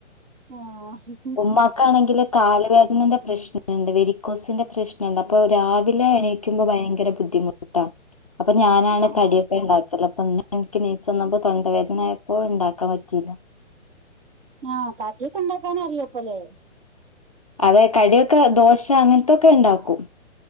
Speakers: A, on the right; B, on the left.
A: ആഹ്...
B: ഉമ്മാക്കാണെങ്കില് കാലവേദനന്റെ പ്രശ്നണ്ട്. വെരിക്കോസിന്റെ പ്രശ്നണ്ട്. അപ്പോ രാവി- ലെ എണീക്കുമ്പോ ഭയങ്കര ബുദ്ധിമുട്ട. അപ്പോ ഞാനാണ്
A: ആ
B: കടിയൊക്കെ
A: ആ
B: ഉണ്ടാ- അല്ലപ്പോ ന്ന് എനിക്ക് നീച്ച വന്ന്പ തൊണ്ടവേദനയപ്പോ ണ്ടാക്കാൻ പറ്റില്യ.
A: ആഹ് കടിയൊക്കെ ണ്ടാക്കാനറിയ പ്പല്ലേ
B: അതെ. കടിയൊക്കെ ദോശ അങ്ങൻത്തൊക്കെ ണ്ടാക്കും.